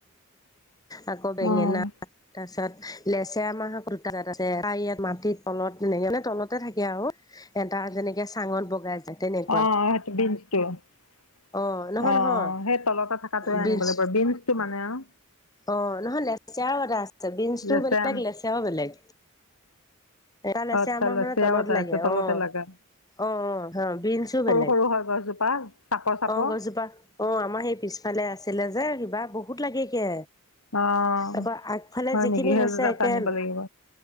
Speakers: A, on the left; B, on the left.
A: আকৌ বেঙনা।
B: অ',
A: তাৰ পিছত লেচেৰা মাহ আছে, ত ইয়াত মাটিত তলত এনেক মানে তলতে থাকে আৰু। এটা যেনেকে চাংত বগাই যায়। তেনেকুৱা
B: অৱ অৱ দিনটো। অঁ,
A: অ নহয় নহয়
B: সেই তলত থকাটোৱে
A: বিনচ
B: আনিব লাগিব বিনটো মানে আও।
A: অ, নহয় লেচিয়াও এটা আছে বিন্ছটোও
B: লেচেৰা
A: বেলেগ লেচিয়ৰাও বেলেগ। এডাল আছে
B: আচ্ছা
A: আমাৰ
B: লেচেৰাও
A: মানে তলত
B: এটা
A: লাগে
B: আছে তলতে
A: অৱ।
B: লাগে
A: অৱ অৱ হ বিনচও
B: সৰু
A: বেলেগ।
B: সৰু হয় গছজোপা চাপৰ চাপৰ
A: অৱ গজোপা অ আমাৰ সেই পিছফালে আছিলে যে সিবা কিবা বহুত লাগে গে।
B: অ',
A: আকৌ আগফালে
B: হয়
A: যিখিনি
B: নেকি সেইযোৰ
A: হৈছে
B: তাত
A: একেন
B: আনিব লাগিব